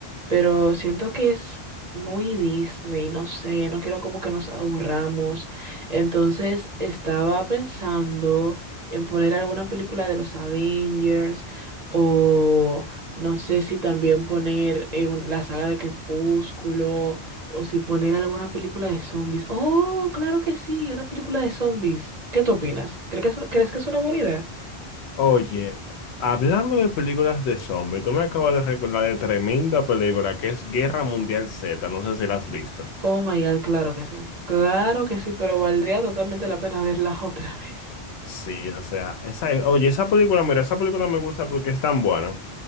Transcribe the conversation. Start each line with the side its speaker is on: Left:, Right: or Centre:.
Right: pero siento que es muy Disney, no sé, no quiero como que nos aburramos. Entonces estaba pensando en poner alguna película de los Avengers o no sé si también poner eh, un- la saga de Crepúsculo o si poner alguna película de zombies. Oh, claro que sí, una película de zombies. ¿Qué tú opinas? ¿Crees que es una- crees que es una buena idea?
Left: Oye, hablando de películas de zombies, tú me acabas de recordar de tremenda película que es Guerra Mundial Z, no sé si la has visto.
Right: Oh my God, claro que sí. Claro que sí, pero valdría totalmente la pena verla otra <laughs> vez.
Left: Sí, o sea, esa, oye, esa película, mira, esa película me gusta porque es tan buena.